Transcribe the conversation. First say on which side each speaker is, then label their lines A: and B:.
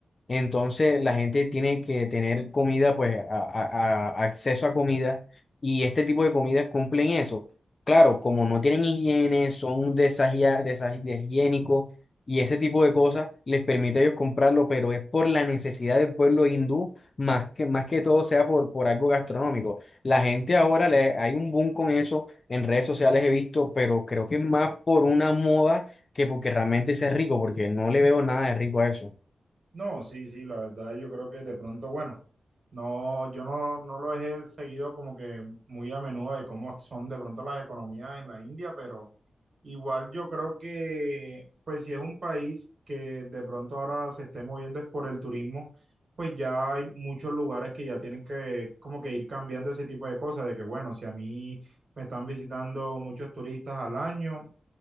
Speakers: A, on the left (about 45°); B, on the right (about 55°).
A: Entonces la gente tiene que tener comida, pues a- a- a- acceso a comida y este tipo de comidas cumplen eso. Claro, como no tienen higiene, son desagia- desa- deshigiénicos y ese tipo de cosas les permite a ellos comprarlo, pero es por la necesidad del pueblo hindú, más que, más que todo sea por, por algo gastronómico. La gente ahora le, hay un boom con eso, en redes sociales he visto, pero creo que es más por una moda que porque realmente sea rico, porque no le veo nada de rico a eso.
B: No, sí, sí, la verdad yo creo que de pronto, bueno, no, yo no, no lo he seguido como que muy a menudo de cómo son de pronto las economías en la India, pero igual yo creo que, pues si es un país que de pronto ahora se esté moviendo es por el turismo, pues ya hay muchos lugares que ya tienen que como que ir cambiando ese tipo de cosas, de que bueno, si a mí me están visitando muchos turistas al año